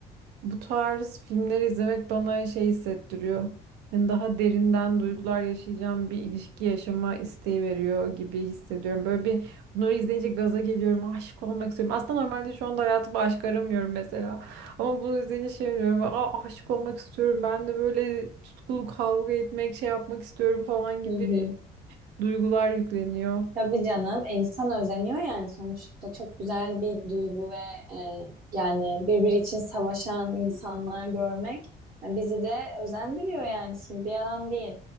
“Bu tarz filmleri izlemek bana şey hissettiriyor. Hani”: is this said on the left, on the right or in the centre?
Right